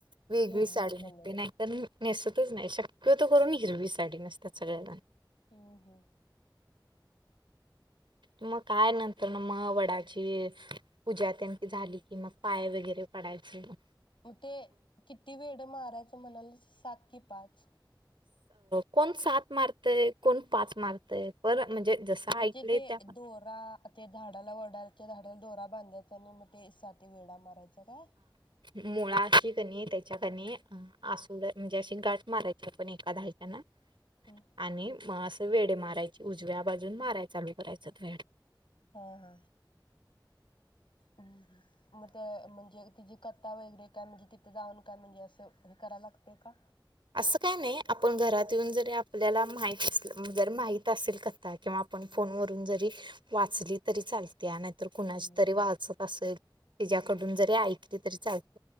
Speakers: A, on the right (about 85°); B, on the left (about 85°).
A: वेगळी
B: वेगळे
A: साडी नेसते
B: कलर
A: नाहीतर नेसतच नाही शक्यतो करून हिरवी साडी नेसतात सगळ्याला
B: हू हू
A: मग काय नंतर ना मग वडाची पूजा त्यांन झाली कि मग पाय वगैरे पडायचं
B: मग ते किती वेड मारायचं म्हणालीसा सात की पाच
A: कोण सात मारतय, कोण पाच मारतय पर म्हणजे जसं
B: म्हजे
A: ऐकलंय
B: ते
A: त्या पण
B: दोरा ते झाडाला वडाच्या झाडाला दोरा बांधायचा मग ते सात वेडा मारायचा. तरा <inaudible>
A: मुळाशी कणी त्यांच्याकणी हम्म असूदे म्हणजे अशी गाठ मारायचं पण एका दहाच्यानां
B: हम्म
A: आणि म अस वेडे मारायच उजव्या बाजून माराय चालू करायचा वेड
B: हा हा मग ते म्हणजे तिजी कथा वगैरे काय म्हणजे तिथे जाऊन काय म्हणजे असं हे कराय लागतय का?
A: असं काय नाही आपण घरात येऊन जरी आपल्याला माहित नसलं जर माहित असेल कथा किंवा आपण फोनवरून जरी वाचली तरी चालत. त्या नाहीतर कुणाची
B: हम्म
A: तरी वाचत असेल. तिच्याकडून जरी ऐकली तरी चालती.